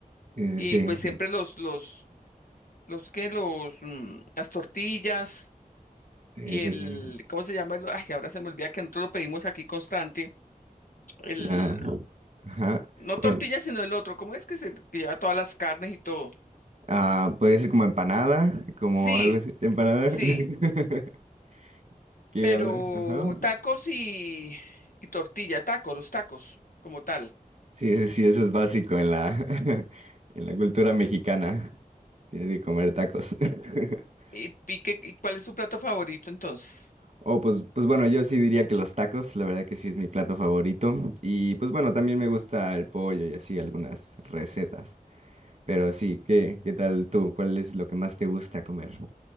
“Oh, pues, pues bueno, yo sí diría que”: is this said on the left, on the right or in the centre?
Right